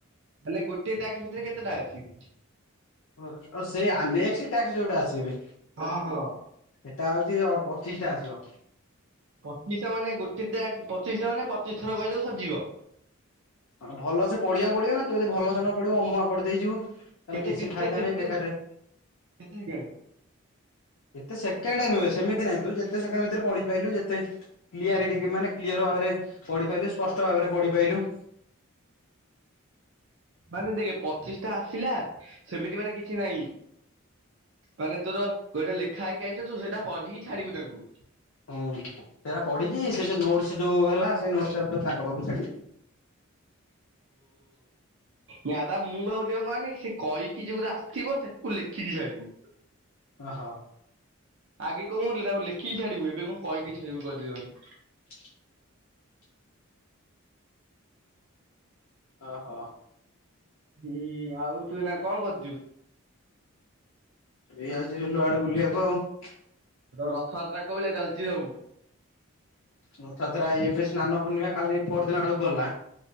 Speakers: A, on the right; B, on the left.
A: ମାନେ ଗୋଟେ ଟ୍ୟାକ୍ସ ଭିତରେ କେତେଟା ଅଛି?
B: ଓ ଓ ସେଇଆ ନେକ୍ସଟ ଟ୍ୟାକ୍ସ ଯୋଉଟା ଆସିବି
A: ହଁ ହଁ।
B: ଏଟା ହୋଉଚି ଅ ପଚିଶି ଟା ଆସିବ।
A: ପଚିଶ ଟା ମାନେ ଗୋଟେ ଟ୍ୟା ପଚିଶି ଟା ମାନେ ପଚିଶି ଥର କହିଦବୁ ସରିଯିବ।
B: ହଁ ଭଲ ସେ ପଢିବାକୁ ପଡିବ ନା ତୁ ଯଦି ଭଲସେ ନ ପଢିବୁ ଅମୁହାଁ ପଢି ଦେଇ ଯିବୁ ତାହେଲେ
A: କେତେ
B: କିଛି
A: କେତେ
B: ଫାଇଦା
A: କେତେ
B: ନାହିଁ ବେକାର ଟାରେ
A: କେତେ ସେକେଣ୍ଡ?
B: ଏତେ ସେକେଣ୍ଡ ନୁହେଁ ସେମିତି ନାଇ ତୁ ଯେତେ ସେକେଣ୍ଡ ଭିତରେ ପଢି ପାଇଲୁ ଯେତେ କ୍ଲିଅରିଟି ମାନେ କ୍ଲିୟର ଭାବେ ରେ ପଢିପାଇଲୁ ସ୍ପଷ୍ଟ ଭାବରେ ପଢି ପାଇଲୁ।
A: ମାନେ ଦେଖ ପଚିଶି ଟା ଆସିଲା ସେମିତି ମାନେ କିଛି ନାଇଁ। ମାନେ ତୋର କୋଉଟା ଲେଖା ହେଇକି ଆଇଥିଚି ତୁ ସେଇଟା ପଢିକି ଛାଡିବୁ ତାଙ୍କୁ।
B: ହୁଁ ସେଟା ପଢିକି ସେ ଯୋଉ ନୋଟସ୍ ଯୋଉ ହେଲା ସେ ନୋଟସ୍ ତାଙ୍କ ପାଖକୁ ଛାଡିବୁ। <inaudible>
A: ନାଁବା ମୁଁ ଭାବୁଥିଲି କଣ କହନି ସେ କହିକି ଯୋଉରା ଆସିଥିବ ତାକୁ ଲେଖିକି ଛାଡିବୁ।
B: ଅ ହ।
A: ଆଗେ କଣ ଗୋଟେ ଲେଖିକି ଛାଡିବୁ ଏବେ କଣ କହିକି ଛାଡିବୁ କରିଦେଇଛନ୍ତି।
B: <inaudible> ଅ ହ।
A: ବି ଆଉ ତୁ ନା କଣ କରୁଚୁ?
B: ଏଇ ଆାଇଚି ବିଲଆଡେ ବୁଲିବାକୁ ଆଉ।
A: ରଥଯାତ୍ରା କୋଉଭଳିଆ ଚାଲିଛି ସବୁ?
B: ରଥଜାତ୍ରା ଏବେ ସ୍ନାନ ପୂର୍ଣ୍ଣିମା କାଲି ପରଦିନ ଆଡ଼କୁ ଗଲା।